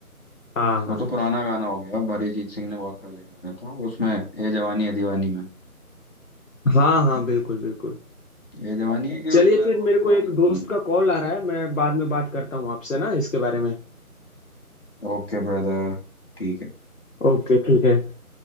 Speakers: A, on the left; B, on the left.
A: हाँ,
B: वो
A: हाँ।
B: तो पुराना गाना हो गया अब अरिजीत सिंह ने बहुत पहले गाया था उसमें ए जवानी है दीवानी में
A: हाँ, हाँ, बिल्कुल, बिल्कुल।
B: ए जवानी है कि
A: चलिए
B: उसमें और
A: फिर मेरे
B: पुरानी
A: को एक
B: वाली
A: दोस्त
B: मूवी
A: का कॉल आ रहा है, मैं बाद में बात करता हूँ आपसे ना इसके बारे में।
B: ओके ब्रदर ठीक है
A: ओके, ठीक है।